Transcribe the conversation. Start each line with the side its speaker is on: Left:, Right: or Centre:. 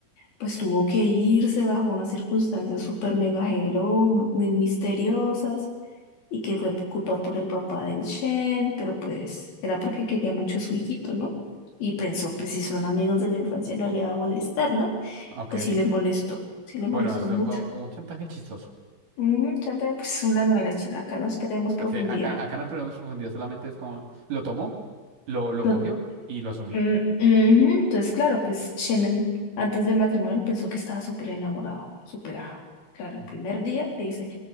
Left: pues tuvo que irse bajo unas circunstancias súper mega hello, mu- muy misteriosas, y que fue por culpa por el papá del Shen, pero pues era porque quería mucho a su hijito, ¿no? Y pensó, pues si son amigos de la infancia no le va a molestar, ¿no?
Right: ok.
Left: Pues sí le molestó, sí le
Right: Bueno,
Left: molestó
Right: eso
Left: mucho.
Right: fue un chantaje chistoso.
Left: Mm, trata de, pues una novela china, acá no esperemos profundidad.
Right: Sí, acá, acá no perdemos profundidad, solamente es como lo tomó, lo, lo
Left: Lo-
Right: cogió y lo asumió.
Left: mm, ujú, Entonces, claro, pues Shen antes del matrimonio pensó que estaba súper enamorado, superado. Claro, el
Right: Mm.
Left: primer día le dice,